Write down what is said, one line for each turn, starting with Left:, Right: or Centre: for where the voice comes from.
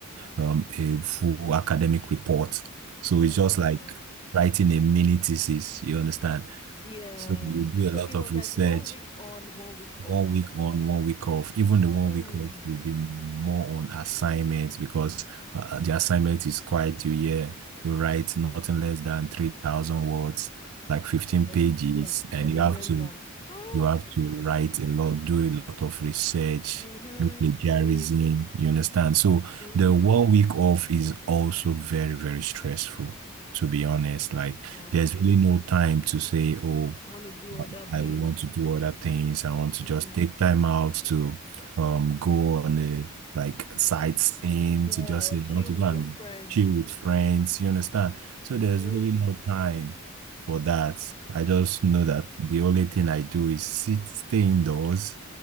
Right: um a full academic report. So
Left: wow,
Right: it's just like writing a mini thesis, you understand?
Left: yeah.
Right: So you do
Left: So
Right: a lot
Left: it
Right: of
Left: was
Right: research
Left: like one week on, one week off.
Right: one week on, one week off. Even the one
Left: Mm,
Right: week off will be more on assignments because uh, uh, the assignment is quite you yeah, you write nothing less than 3,000 words, like 15
Left: like,
Right: pages,
Left: yeah,
Right: and
Left: I remember.
Right: you have to
Left: Ah,
Right: you have to write a lot, do a lot of research,
Left: mm-hmm,
Right: do plagiarism,
Left: true.
Right: you understand? So
Left: Mm-hmm.
Right: the one week off is also very, very stressful, to be honest. Like
Left: Wow,
Right: there's really no time to say, oh,
Left: want to do other
Right: I
Left: things.
Right: want to do other things. I want to
Left: Mm.
Right: just take time out to um go on a like sightseeing
Left: Yeah,
Right: to just
Left: or
Right: say
Left: chill
Right: I want to
Left: with
Right: go and
Left: your friends.
Right: chill with friends. You understand? So
Left: Mm-hmm.
Right: there's really no time for that. I just know that the only thing I do is sit, stay indoors.